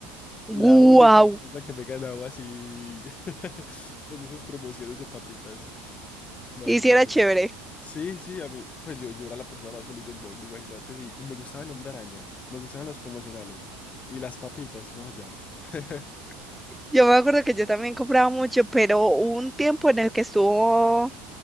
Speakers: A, on the left; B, in the centre.
A: La
B: ¡Guau!
A: única cosa que me he ganado así <laughs> en esas promociones de papitas, imagínate.
B: Y sí era chévere.
A: Sí, sí, a mí, pues yo, yo era la persona más feliz del mundo, imagínate, sí, me gustaba el Hombre Araña, me gustaban los promocionales y las papitas, no, ya. <laughs>
B: Yo me acuerdo que yo también compraba mucho, pero hubo un tiempo en el que estuvo